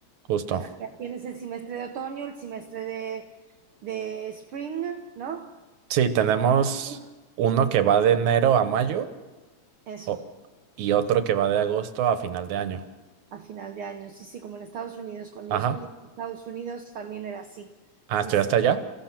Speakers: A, on the right; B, on the right.
A: justo.
B: O sea, que tienes el semestre de otoño, el semestre de, de spring, ¿no?
A: Sí, tenemos
B: Pues
A: uno que va de enero a mayo
B: Eso,
A: o- y otro que va de agosto a final de año.
B: a final de año. Sí, sí, como en Estados Unidos. Cuando
A: Ajá.
B: yo estudié en Estados Unidos también era así.
A: Ah,
B: Sí,
A: ¿estudiaste
B: sí.
A: allá?